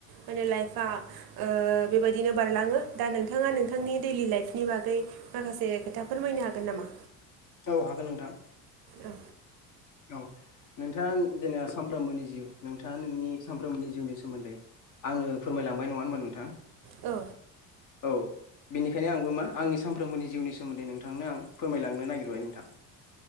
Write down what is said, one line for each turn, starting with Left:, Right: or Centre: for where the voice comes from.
Right: माने लाइफा बेबायदि बिदिनो बारलाङो दा नोंथाङा नोंथांनि दैलि लाइफनि बागै माखासे खोथाफोर बायनो हागोन नामा
Left: औ हागोन नोंथां
Right: औ
Left: औ नोंथाङा जेनेबा सानफ्रोमबोनि जिउ नोंथाङा नोंनि सानफ्रोमबोनि जिउनि सोमोन्दै आंनो फोरमायलांबाय नङा होनोमबा नोंथां
Right: औ
Left: औ बेनिखायनो आंबो मा आंनि सानफ्रोमबोनि जिउनि सोमोन्दै नोंथांनो आं फोरमायलांनो नागिरबाय नोंथां